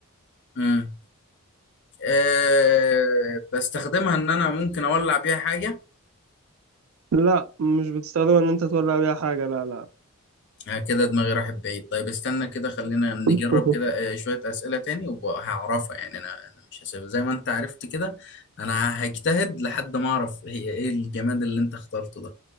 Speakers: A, on the left; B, on the right.
A: مم. أه بستخدمها ان انا ممكن اولع بيها حاجه
B: لا مش بتستخدمها إن أنت تولع بيها حاجة لا لا
A: آه، كده دماغي راحت بعيد طيب استنى كده خلينا نجرب
B: <laughs>
A: كده آه، شويه اسئله تاني وهعرفها يعني انا انا مش هسيب زي ما انت عرفت كده انا هجتهد لحد ما اعرف هي ايه الجماد اللي انت اخترته ده